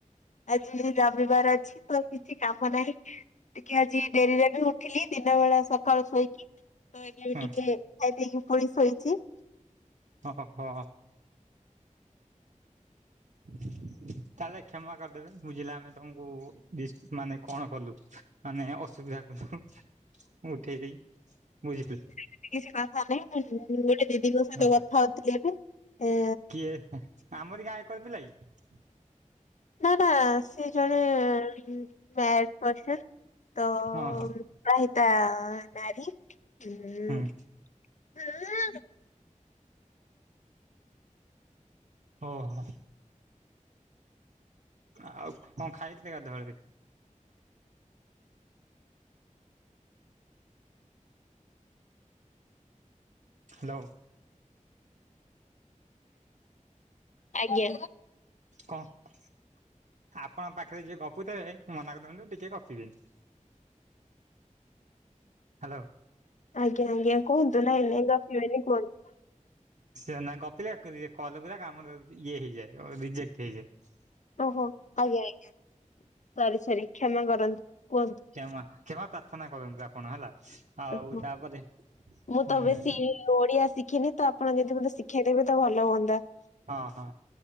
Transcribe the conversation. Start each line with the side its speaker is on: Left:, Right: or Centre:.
Left: ଆଜି ରବିବାର ଅଛି, ତ କିଛି କାମ ନାହିଁ, ଟିକେ ଆଜି ଡେରିରେ ବି ଉଠ ଉଠିଲି ଦିନ ବେଳା ସକାଳୁ ଶୋଇକି, ତ ଏବେ
Right: ହୁଁ
Left: ଟିକେ ଖାଇକି ପୁଣି ଶୋଇଚି।
Right: ଓହୋ। ତାହେଲେ କ୍ଷମା କରିଦେବେ, ବୁଝିଲେ ଆମେ ତମକୁ ଡିସ୍ ମାନେ କଣ କଲୁ, ମାନେ ଅସୁବିଧା କଲୁ, ମୁଁ ଉଠେଇ ଦେଇ ବୁଝିଥିଲି।
Left: ସେମତି କିଛି କଥା ନାହିଁ, ମୁଁ ଗୋଟେ ଦିଦିଙ୍କ ସହିତ
Right: ହଁ
Left: କଥା ହଉଥିଲି ଏବେ, ଏ
Right: କିଏ ଆମରି ଗାଁ ଏକର ପିଲା କି?
Left: ନା ନା ସେ ଜଣେ ମ-ମ ମ୍ୟାଡ୍ ପର୍ସନ୍, ତ
Right: ହଁ
Left: ବିବାହିତା ନାରୀ। <unintelligible>
Right: ହୁଁ ଓହୋ। ଆଉ କଣ ଖାଇଥିଲେ ଗାଧୁଆଳେରେ? ହାଲୋ।
Left: ଆଜ୍ଞା।
Right: କଣ ଆପଣଙ୍କ ପାଖରେ ଯିଏ ଗପୁଥେବେ, ମନା କରିଦିଅନ୍ତୁ ଟିକେ ଗପିବେନି। ହାଲୋ।
Left: ଆଜ୍ଞା ଆଜ୍ଞା କୁହନ୍ତୁ? ନାଇଁ ନାଇଁ ଗପିବେନି କୁହନ୍ତୁ?
Right: ସେ ନା ଗପିଲେ, ଏ କଲ୍ ପୁରା କାମ ଦଉନି ଇଏ ହେଇଯାଏ, ରିଜେକ୍ଟ୍ ହେଇଯାଏ।
Left: ଓହୋ, ଆଜ୍ଞା ଆଜ୍ଞା, ସରି ସରି, କ୍ଷମା କରନ୍ତୁ, କୁହନ୍ତୁ?
Right: ଖେମା ଖେମା ପାର୍ଥନା କରନ୍ତୁ ଆପଣ ହେଲା, ଆଉ
Left: ଓହୋ।
Right: ତାପରେ ଉଁ
Left: ମୁଁ ତ ବେଶୀ
Right: ଉଁ
Left: ଓଡିଆ ଶିଖିନି, ତ ଆପଣ ଯଦି ବୋଧେ ଶିଖେଇଦେବେ ତ ଭଲ ହୁଅନ୍ତା।
Right: ହଁ ହଁ।